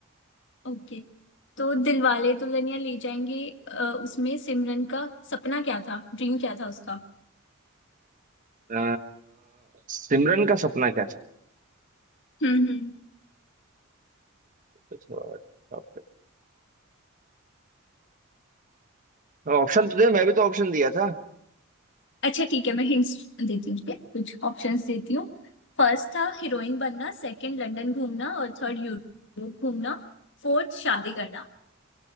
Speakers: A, on the left; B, on the right.
A: ओके तो दिलवाले दुल्हनिया ले जाएंगे अ, उसमें सिमरन का सपना क्या था ड्रीम क्या था उसका
B: अ, सिमरन का सपना क्या था
A: हम्म हम्म
B: तो ऑप्शन तो दे मैं भी तो ऑप्शन दिया था
A: अच्छा ठीक है मैं हिंट्स देती हूँ ठीक है कुछ ऑप्शंस देती हूँ फर्स्ट था हीरोइन बनना सेकंड लंदन घूमना और थर्ड यूरोप घूमना फोर्थ शादी करना